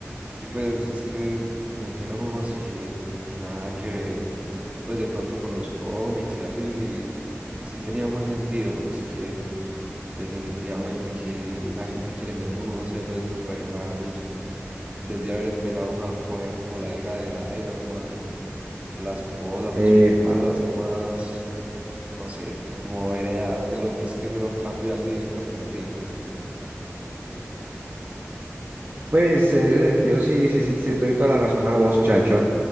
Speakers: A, on the right (about 25°); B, on the right (about 45°).
A: Y pues es que metieron unos que nada que ver, pues de pronto con los cómics y así, sí, sí tenía más sentido, pero es que definitivamente que esa gente quiere meter unos héroes re raros, en vez de haber empezado a coger como la hija de Iron Man o la esposa,
B: Epa.
A: pues como cosas así más, no sé, como heredárselo, pero es que mero cambio así repentino.
B: Pues en ese sentido, sí, sí, sí, sí, te doy toda la razón a vos, chacho.